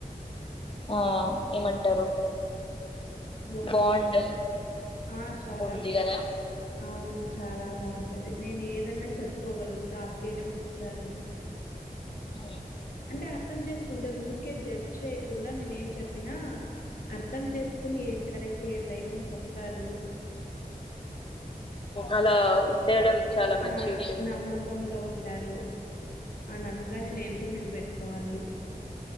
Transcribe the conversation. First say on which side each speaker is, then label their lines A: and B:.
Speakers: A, on the left; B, on the left.
A: ఆ ఏమంటారు
B: బావుండి
A: బాండ్
B: ఆ చాలా
A: ఉంది కదా
B: అవును చాలా బావుం అదే నేను ఏదన్నా చెప్పుకోగలుగుతా ఆ ఫ్రీడమ్ ఇస్తారు
A: అ
B: అంటే అర్థం చేసుకుంటారు ఊరికే జడ్జ్ చెయకుండా నేనే ఏం చెప్పినా అర్ ర్థం చేసుకుని ఏది కరెక్ట్ ఏది రైట్ అని చెప్తారు
A: అలా <unintelligible> చాలా మంచి
B: ఆ
A: విషయం అవును.
B: నమ్మకంగా ఉం టారు ఆ నమ్మకాన్ని నేను కూడా నిలబెట్టుకోవాలి